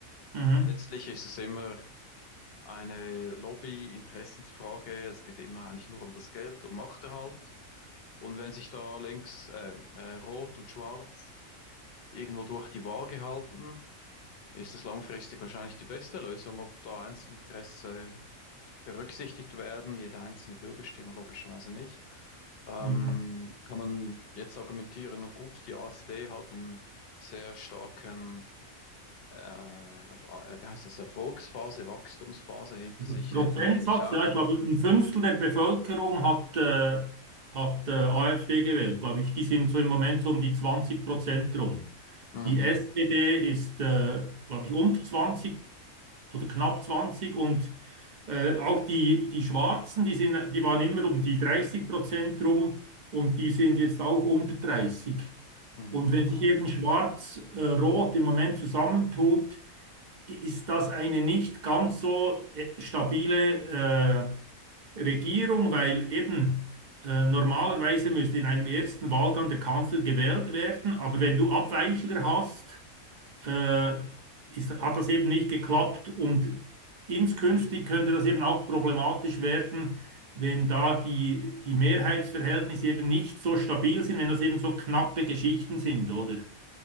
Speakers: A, on the right; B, on the left.
A: Mhm,
B: Letztlich ist es immer eine Lobby-Interessensfrage. Es geht immer eigentlich nur um das Geld, um Machterhalt. Und wenn sich da links äh, äh, Rot und Schwarz irgendwo durch die Waage halten, ist das langfristig wahrscheinlich die beste Lösung. Ob da Einzelinteresse berücksichtigt werden, jede einzelne Bürgerstimme logischerweise nicht, ähm,
A: mhm.
B: kann man jetzt argumentieren, na gut, die AfD hat einen sehr starken, äh, wie heißt das, Erfolgsphase, Wachstumsphase hinter
A: Also
B: sich,
A: Prozentsatz,
B: hätte man die nicht auch?
A: ja, ich glaube, ein Fünftel der Bevölkerung hat, äh, hat äh, AfD gewählt, glaube ich. Die sind so im Moment so um die 20 Prozent rum.
B: Mhm,
A: Die SPD ist, äh, glaube ich, unter zwanzig. oder knapp zwanzig und äh, auch die, die Schwarzen, die sind, die waren immer um die dreißig Prozent rum und die sind jetzt auch unter dreißig
B: mhm,
A: Und wenn
B: mhm.
A: sich eben Schwarz-Rot im Moment zusammentut, ist das eine nicht ganz so äh, stabile äh, Regierung, weil eben äh, normalerweise müsste in einem ersten Wahlgang der Kanzler gewählt werden, aber wenn du Abweichler hast, äh, ist, hat das eben nicht geklappt und inskünftig könnte das eben auch problematisch werden, wenn da die, die Mehrheitsverhältnisse eben nicht so stabil sind, wenn das eben so knappe Geschichten sind, oder?